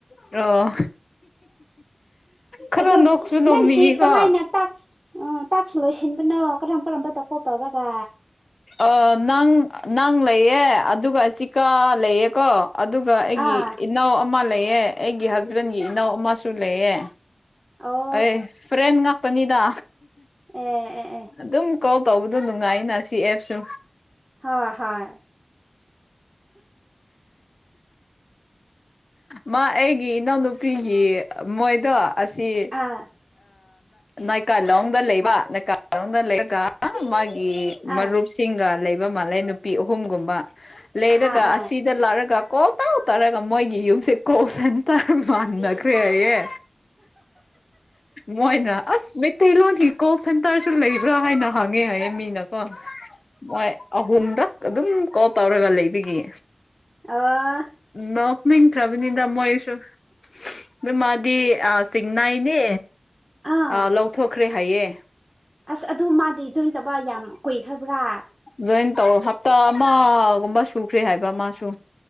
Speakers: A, on the left; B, on the right.
A: ꯑꯣ꯫ ꯈꯔ
B: ꯑꯗꯣ
A: ꯅꯣꯛꯁꯨ ꯅꯣꯛꯅꯤꯡꯉꯤꯀꯣ
B: ꯅꯪꯗꯤ ꯀꯃꯥꯏꯅ꯫ ꯇꯥꯛꯁ ꯇꯥꯛꯁ ꯂꯣꯏꯁꯤꯟꯕꯅꯣ ꯀꯔꯝ ꯀꯔꯝꯕ ꯊꯕꯛ ꯇꯧꯔꯒ꯫
A: ꯑ ꯅꯪ ꯅꯪ ꯂꯩꯌꯦ ꯑꯗꯨꯒ ꯆꯤꯀꯥ ꯂꯩꯌꯦ ꯀꯣ꯫ ꯑꯗꯨꯒ ꯑꯩꯒꯤ
B: ꯑꯥ
A: ꯏꯅꯥꯎ ꯑꯃ ꯂꯩꯑ ꯑꯩꯒꯤ ꯍꯖꯕꯦꯟꯒꯤ ꯏꯅꯥꯎ ꯑꯃꯁꯨ ꯂꯩꯌꯦ꯫
B: ꯑꯧ꯫
A: ꯑꯦ ꯐ꯭ꯔꯦꯟ ꯉꯥꯛꯇꯅꯤꯗ
B: ꯑꯦ ꯑꯦ ꯑꯦ
A: ꯑꯗꯨꯝ꯫ ꯀꯣꯜ ꯇꯧꯕꯗꯣ ꯅꯨꯡꯉꯥꯏꯅ ꯁꯤ ꯑꯦꯞꯁꯨ꯫
B: ꯍꯣꯏ ꯍꯣꯏ꯫
A: ꯃꯥ ꯑꯩꯒꯤ ꯏꯅꯥꯎꯅꯨꯄꯤꯒꯤ ꯃꯣꯏꯗꯣ ꯑꯁꯤ꯫
B: ꯑꯥ
A: ꯅꯥꯏꯀꯥꯂꯣꯡꯗ ꯂꯩꯕ ꯅꯥꯏꯀꯥꯂꯣꯡꯗ ꯂꯩꯔꯒ ꯃꯥꯒꯤ꯫ ꯃꯔꯨꯞꯁꯤꯡꯒ
B: ꯑꯥ
A: ꯂꯩꯕ ꯃꯥꯜꯂꯦ ꯅꯨꯄꯤ ꯑꯍꯨꯝꯒꯨꯝꯕ ꯂꯩꯔꯒ
B: ꯑꯥ ꯑꯥ
A: ꯑꯁꯤ꯫ ꯁꯤꯗ ꯂꯥꯛꯔꯒ ꯀꯣꯜ ꯇꯧ ꯇꯧꯔꯒ ꯃꯣꯏꯒꯤ ꯌꯨꯝꯁꯦ ꯀꯣꯜꯁꯦꯟ ꯇꯔ ꯃꯥꯟꯅꯈ꯭ꯔꯦ ꯑꯩꯌꯦ꯫ ꯃꯣꯏꯅ꯫ ꯑꯁ ꯃꯩꯇꯩꯂꯣꯟꯒꯤ ꯀꯣꯜ ꯁꯦꯟꯇꯔꯁꯨ ꯂꯩꯕ꯭ꯔꯥ ꯍꯥꯏꯅ ꯍꯪꯉꯦ ꯍꯥꯏꯌꯦ꯫ ꯃꯤꯅꯀꯣ ꯃꯣꯏ ꯑꯍꯨꯝꯔꯛ ꯑꯗꯨꯝ ꯀꯣꯜ ꯇꯧꯔꯒ ꯂꯩꯕꯒꯤ꯫
B: ꯑꯥ꯫
A: ꯅꯣꯛꯅꯤꯡ꯫ ꯁꯕꯅꯤꯗ ꯃꯣꯏꯁꯨ ꯑꯗꯣ ꯃꯥꯗꯤ ꯆꯤꯡꯅꯥꯏꯅꯦ꯫
B: ꯑꯥ
A: ꯑ ꯂꯧꯊꯣꯛꯈ꯭ꯔꯦ ꯍꯥꯏꯌꯦ
B: ꯑꯁ ꯑꯗꯨ ꯃꯥꯗꯤ ꯖꯣꯏꯟ ꯇꯧꯕ ꯌꯥꯝ ꯀꯨꯏꯈ꯭ꯔꯕ꯭ꯔꯥ
A: ꯖꯣꯏꯟ ꯇꯧ ꯍꯞꯇꯥ ꯑꯃꯒꯨꯝꯕ ꯁꯨꯈ꯭ꯔꯦ ꯍꯥꯏꯕ ꯃꯥꯁꯨ